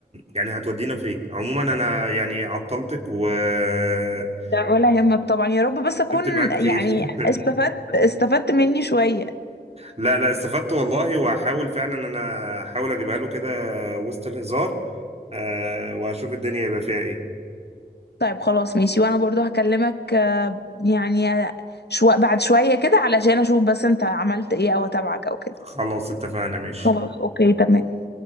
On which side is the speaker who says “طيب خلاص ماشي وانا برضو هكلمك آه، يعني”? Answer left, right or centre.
Left